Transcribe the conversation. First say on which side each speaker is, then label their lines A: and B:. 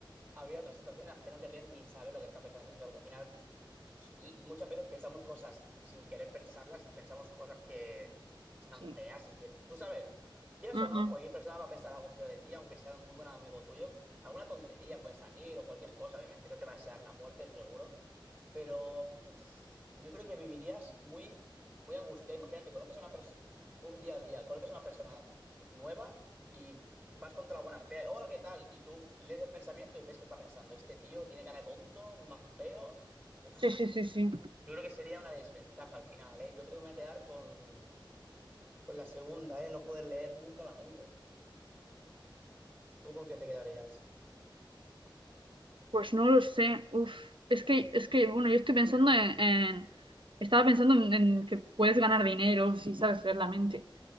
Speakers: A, on the right; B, on the right.
A: habría otras situaciones en las que no querrían ni saber lo que está pensando esa persona, porque al final s- Muchas veces pensamos cosas sin querer pensarlas y pensamos cosas que están
B: sí.
A: feas y que tú sabes, quieras
B: Ujú.
A: o no, cualquier persona va a pensar algo feo de ti, aunque sea un muy buen amigo tuyo. Alguna tontería puede salir o cualquier cosa, obviamente no te va a desear la muerte, eso seguro. Pero puf, yo creo que vivirías muy, muy angustiado. Imagínate, conoces a una persona, un día a día, conoces a una persona nueva y vas contra la buena fe. Hola, ¿qué tal? Y tú lees el pensamiento y ves que está pensando, este tío tiene cara de tonto, más feo. Uf.
B: Sí, sí, sí, sí.
A: Yo creo que sería una desventaja al final, ¿eh? Yo creo que me voy a quedar con, con la segunda, ¿eh? No poder leer nunca la mente. ¿Tú con qué te quedarías?
B: Pues no lo sé. Uf. Es que, es que, bueno, yo estoy pensando en, en- estaba pensando en, en que puedes ganar dinero si sabes leer la mente.